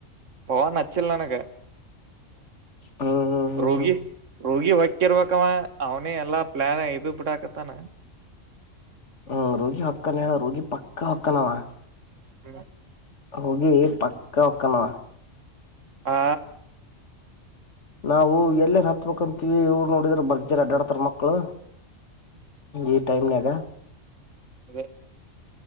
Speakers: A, on the right (about 75°); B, on the left (about 65°).
A: ಪವಾನ್ ಅಚ್ಚಿಲ್ಲ ನನಗೆಆ
B: ಹ್ಮ್ ಹ್ಮ್ ಹ್ಮ್
A: ರೂಗಿ
B: ಹ್ಮ್
A: ರೂಗಿ ಹೊಕ್ಕಿರ್ಬೇಕವ ಅವನೇ ಎಲ್ಲಾ ಪ್ಲಾನ್ ಇದು ಬಿಟ್ಟಾಕತ್ತಾನ
B: ಹ್ಮ್ ರೂಗಿ ಹಕ್ಕನಣ ರೂಗಿ ಪಕ್ಕಾ ಹಕ್ಕನವಾ
A: ಹ್ಮ
B: ರೂಗಿ ಪಕ್ಕಾ ಒಕ್ಕನವಾ
A: ಆ
B: ನಾವು ಎಲ್ಲ ಹತ್ಬಂತೀವಿ ಇವ್ರು ನೋಡಿದ್ರರು ಬಜರಿ ಅಡ್ಡಾಡತರ ಮಕ್ಳು ಈ ಟೈಮ ನಗ
A: ಅದೇ